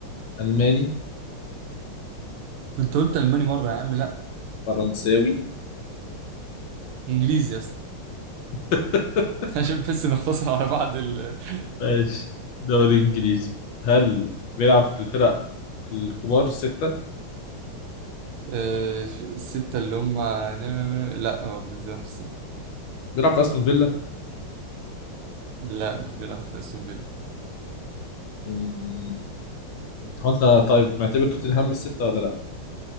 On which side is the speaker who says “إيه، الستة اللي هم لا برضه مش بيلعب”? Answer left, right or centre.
Right